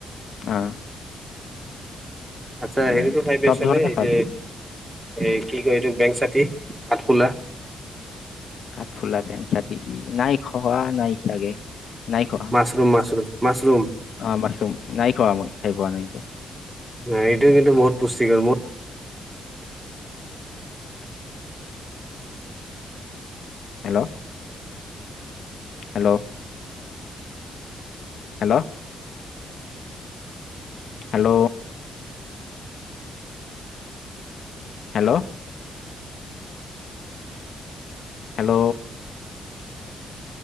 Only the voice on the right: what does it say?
আচ্ছা,
হেৰিটো খাই পাইছানে?
এই
যে, এই কি কয় এইটো? বেং চাতি, কাঠফুলা।
মাছৰুম মাছৰুম, মাছৰুম।
অ', এইটো কিন্তু বহুত পুষ্টিকৰ, মোৰ